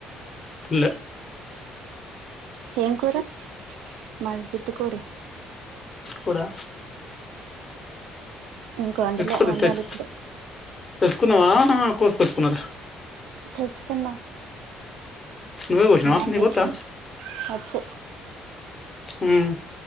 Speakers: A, on the left; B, on the right.
A: తినలే
B: ఏం కూర మది జుట్టు కోడి
A: కోడా
B: ఇంక వండలే
A: తెచ్చుకో
B: వండాలి
A: తెచ్చు
B: ఇప్పుడు
A: తెచ్చుకున్నావా కోసుకొచ్చుకున్నార
B: తెచ్చుకున్నా
A: నువ్వే కోసినావా
B: మా ఆయన
A: నీకు
B: తెచ్చిండు
A: వస్తా
B: వచ్చు
A: మ్మ్